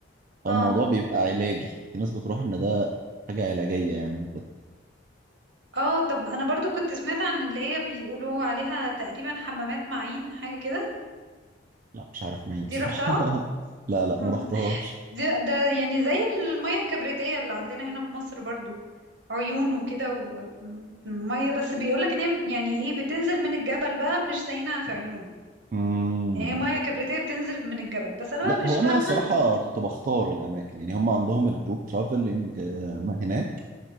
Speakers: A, on the right; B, on the right.
A: الموضوع
B: اه
A: بيبقى علاجي في ناس بتروح ان ده حاجه علاجيه يعني بت...
B: اه طب انا برضو كنت سمعت عن اللي هي بيقولوا عليها تقريبا حمامات معين حاجة كده
A: لا مش عارف مين بصراحه
B: دي رحتها
A: <laughs> لا لا
B: <laughs>
A: ما رحتهاش
B: دي ده يعني زي المية الكبريتية اللي عندنا هنا في مصر برضو عيون وكده ومية بس بيقولك ان هي يعني ايه بتنزل من الجبل بقى مش زينا في عيون
A: مم.
B: يعني هي مية كبريتية بتنزل من الجبل بس انا
A: لا
B: بقى
A: هو
B: مش فاهمة
A: انا صراحه
B: انا كنت
A: كنت بختار الاماكن يعني هم عندهم الجروب ترافلنج ما هناك